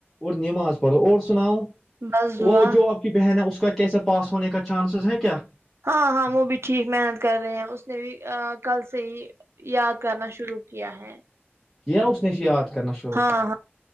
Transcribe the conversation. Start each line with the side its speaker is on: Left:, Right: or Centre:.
Centre: اور نماز پڑھو اور سناؤ
Right: بس دعا
Centre: وہ جو آپ کہ بہن اس کا کیسے پاس ہونے کا چانسز ہیں کیا
Right: ہاں ہاں وہ بھی ٹھیک محنت کر رہے ہیں اس نے بھی کل سے ہی یاد کرنا شروع کیا ہے
Centre: کیا اس نے یاد کرنا شروع
Right: ہاں ہاں